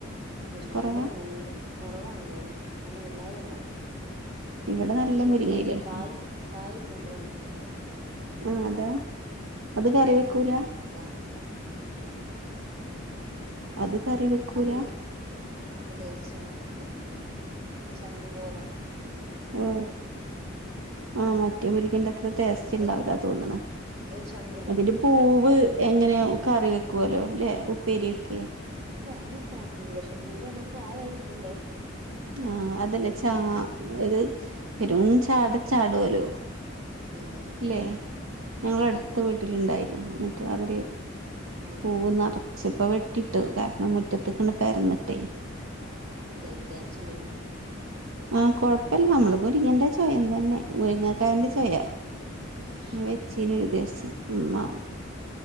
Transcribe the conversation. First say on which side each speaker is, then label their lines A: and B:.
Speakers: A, on the right; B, on the right.
A: മുരിങ്ങയില
B: കുറവാ
A: ണ്ട് കുറവാണടൊ അങ്ങനെ വല്ലാത ണ്ടാഊല
B: ഇവിടെ
A: പിന്നെ
B: നല്ല
A: വിടെ ചെടി
B: മുരിങ്ങയിലൊക്കെ
A: മുരിങ്ങെ കായി
B: ഉണ്ട്
A: കായി പൂക്കണ മുരിങ്ങയില്ലേ
B: ആ അതാ അത് കറി വെക്കൂല
A: അതാണ്
B: അത് കറി വെക്കൂല
A: അത് വലിയ ടേസ്റ്റ് ഉണ്ടാവൂല. ചണ്ടി പോലെ
B: ഓ
A: ഉണ്ടാവ
B: ആഹ് മറ്റേ മുരിക്കിന്റെ അത്ര ടേസ്റ്റ് ഉണ്ടാവില്ലാന്നാ
A: അത്
B: തോന്നണെ
A: ഒരു ചണ്ടി
B: അതിന്റെ പൂവ് എങ്ങനെയ കറി വെക്കുവല്ലോ അല്ലെ? ഉപ്പേരിയൊക്കെ?
A: പറഞ്ഞുകേക്കാം പൂവ് പക്ഷെ പൂവ് നമുക്ക് കായായി കിട്ടണ്ടേ?
B: ആഹ് അതല്ല
A: അതുകൊണ്ട്
B: ചാ
A: പൂവ്
B: അത് പെരും ചാട ചാടുല്ലോ?
A: ആ അതന്നെ
B: ഇല്ലേ ഞങ്ങളെ അടുത്ത
A: ആ ഒരു
B: വീട്ടിലുണ്ടായിരുന്നു. എന്നിട്ട് അവര്
A: ഉം
B: പൂവ് നിറച്ചപ്പ വെട്ടിട്ട് കാരണം മുറ്റത്ത് നിക്കണ പ്പരന്നിട്ടേ!
A: ആഹ് എന്തായത് ടേസ്റ്റ്ന്തനും?
B: ആഹ് കുഴപ്പില്ല നമ്മള് മുരിങ്ങന്റെ ചുവയം തന്നെ മുരിങ്ങ ക്കന്റെ
A: ആ
B: ചുവയാ
A: ആ
B: ഞാൻ വെച്ചീന ഒരു ദിവസം ഉമ്മാ